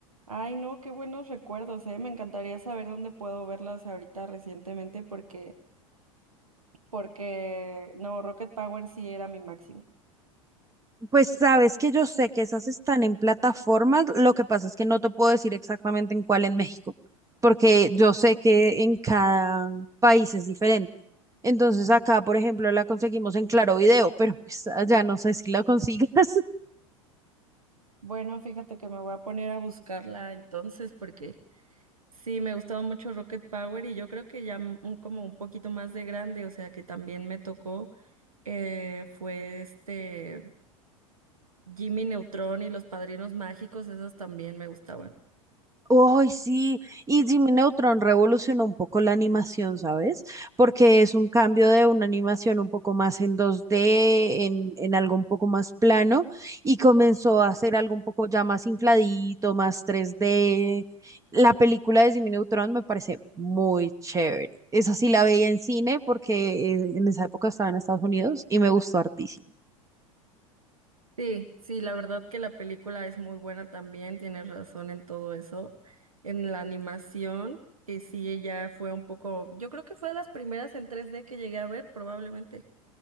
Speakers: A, on the right; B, on the right.
A: Ay, no, qué buenos recuerdos, eh. Me encantaría saber dónde puedo verlas ahorita recientemente porque, porque, no, Rocket Power sí era mi máximo.
B: Pues sabes que yo sé que esas están en plataformas, lo que pasa es que no te puedo decir exactamente en cuál en México, porque yo sé que en cada país es diferente. Entonces acá, por ejemplo, la conseguimos en Claro Video, pero pues allá no sé si la consigas.
A: Bueno, fíjate que me voy a poner a buscarla entonces porque sí, me gustaba mucho Rocket Power y yo creo que ya mm, como un poquito más de grande, o sea que también me tocó, eh, fue este Jimmy Neutron y los Padrinos Mágicos, esas también me gustaban.
B: Uy, sí, y Jimmy Neutron revolucionó un poco la animación, ¿sabes? Porque es un cambio de una animación un poco más en dos d en, en algo un poco más plano, y comenzó a hacer algo un poco ya más infladito, más tres d La película de Jimmy Neutron me parece muy chévere. Esa sí la veía en cine porque eh, en esa época estaba en Estados Unidos y me gustó hartísimo.
A: Sí, sí, la verdad que la película es muy buena también, tienes razón en todo eso. En la animación, que sí, ella fue un poco, yo creo que fue de las primeras en 3D que llegué a ver, probablemente.